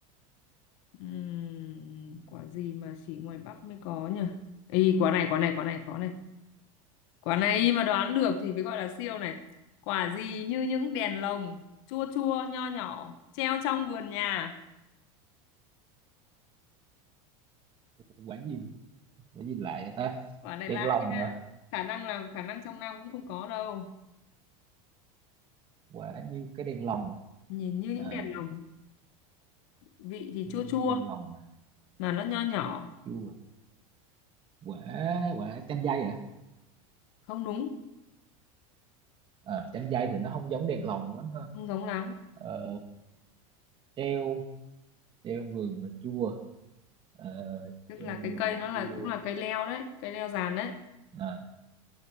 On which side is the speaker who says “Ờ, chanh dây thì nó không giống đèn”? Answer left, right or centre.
Right